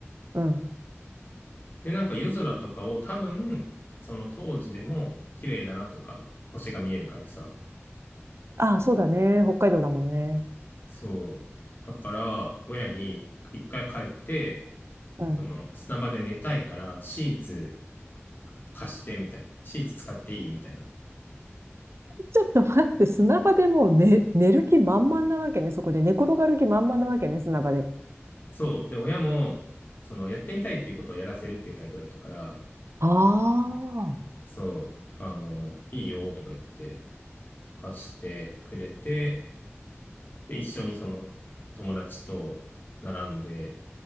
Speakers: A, on the right (about 70°); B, on the left (about 45°).
A: うん。
B: で、なんか夜空とかを多分、その当時でも綺麗だなとか、星が見えるからさ。
A: ああ、そうだね。北海道だもんね。
B: そう。だから、親に一回帰って、
A: うん。
B: その砂場で寝たいから、シーツ貸して、みたいな。シーツ使っていい、みたいな。
A: ちょっと待って、砂場でもう寝、寝る気満々なわけね。そこで寝転がる気満々なわけね、砂場で。
B: そう。で、親も、その、やってみたいっていうことはやらせるっていうタイプだったから、
A: ああ、
B: そう、あの、いいよ、とか言って、貸してくれて、で、一緒にその友達と並んで、